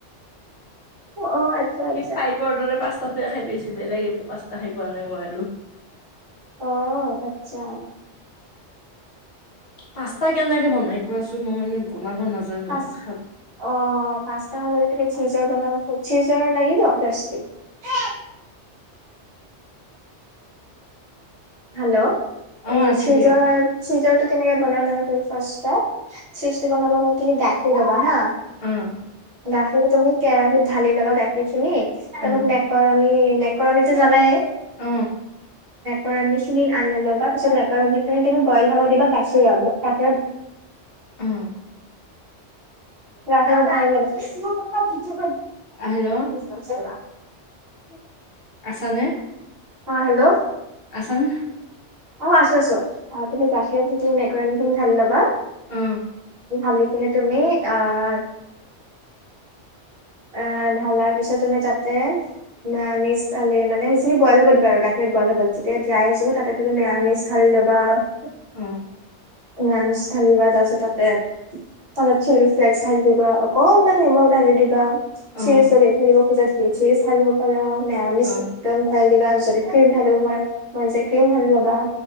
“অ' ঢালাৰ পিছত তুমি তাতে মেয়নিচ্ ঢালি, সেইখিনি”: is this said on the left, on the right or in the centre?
Right